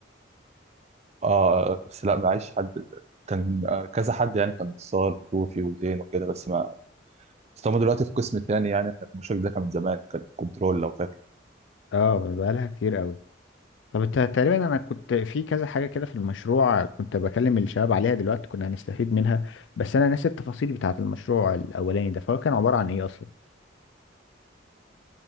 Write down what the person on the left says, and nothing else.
اه بقالها كتير قوي طب انت تقريبا انا كنت في كذا حاجه كده في المشروع كنت بكلم الشباب عليها دلوقتي كنا هنستفيد منها بس انا ناسي التفاصيل بتاعه المشروع الاولاني ده فهو كان عباره عن ايه اصلا